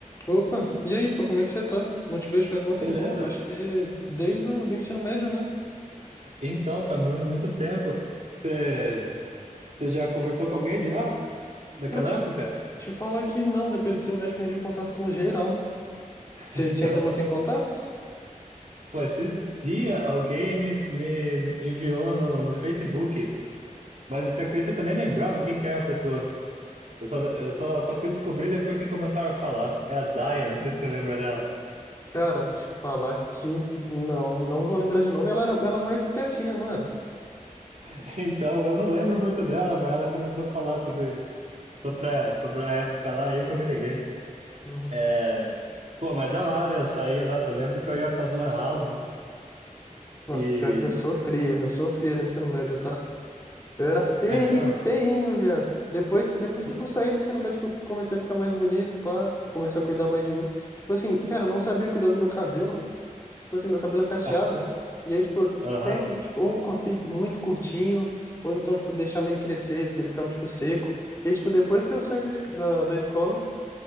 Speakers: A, on the left; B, on the right.
A: Opa, e aí, pô, como é que você tá? Não te vejo faz mó tempão.
B: Beleza.
A: Eu Acho que desde o do ensino médio, né?
B: Então, faz mu- muito tempo. Você você já conversou com alguém de lá? Daquela
A: Cara, te,
B: época? <laughs>
A: te falar que não, depois do ensino médio perdi o contato com geral. Você
B: Então,
A: você ainda mantém contato?
B: pô, esses dias alguém me, me enviou no, no Facebook, mas você acredita que eu nem lembrava quem que era a pessoa? Eu só, eu só, só fui descobrir depois que começaram a falar. É a Daya,
A: Uhum.
B: não sei se você lembra dela.
A: Cara, te falar que não, não vou lembrar de nome. Ela era, ela era mais quietinha, não era?
B: <laughs> Então, eu não lembro muito dela, mas ela começou a falar sobre, sobre, a, sobre a época lá, aí que eu me liguei.
A: Uhum.
B: É... Pô, mas da hora eu saía, nossa, eu lembro que eu ia pras lan house
A: Nossa,
B: e
A: pior que eu sofria, eu sofria no ensino médio, tá? Eu era feio,
B: É mesmo?
A: feinho, viado. Depois, depois
B: Vixe.
A: que eu fui sair do ensino médio, que eu comecei a ficar mais bonito, pá, comecei a cuidar mais de mim. Tipo assim, cara, eu não sabia cuidar do meu cabelo. Tipo assim, meu cabelo é cacheado.
B: <laughs> Ah,
A: E aí, tipo, eu
B: Aham,
A: sempre, tipo, ou cortei muito curtinho, ou então, tipo, deixava ele crescer, ele ficava, tipo, seco. E tipo, depois que eu saí da, es- da da escola,